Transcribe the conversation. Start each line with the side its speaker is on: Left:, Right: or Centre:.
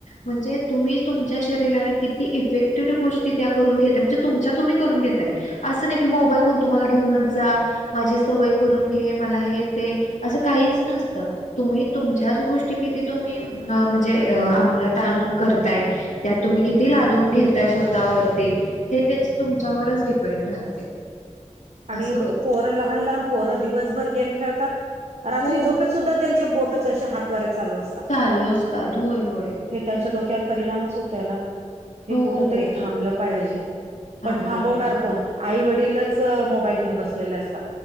Left: म्हणजे तुम्ही तुमच्या शरीराला किती इफेक्टेड गोष्टी त्या करून घेताय म्हणजे तुमच्या तुम्ही करून घेताय. असं नाही की मोबाईल म्हणतो मला घेऊनच जा. माझी सवय करून घे मला हे ते असं काहीच नसतं. तुम्ही तुमच्याच गोष्टी किती तुम्ही म्हणजे अ आमंलात ताणून करताय त्यात तुम्ही किती लादून घेताय स्वतःवरती. हे तेच तुमच्यावरच डिपेंड राहते. असं
Right: आणि
Left: होते.
Right: पोरं लहान लहान पोरं दिवसभर गेम खेळतात रात्री
Left: हो
Right: झोपेत सुद्धा त्यांच्या बोटच अशे हातवारे चालू असतात.
Left: चालू असतात होय होय.
Right: हे त्यांच्या डोक्यावर परिणामच होतोय, ना. हे
Left: हो,
Right: कुठ
Left: हो,
Right: तरी
Left: हो.
Right: थांबलं पाहिजे
Left: थांबलं
Right: पण थांबवणार
Left: पाहिजे
Right: कोण
Left: खरं.
Right: आई वडीलच हो मोबाईल घेऊन बसलेले असतात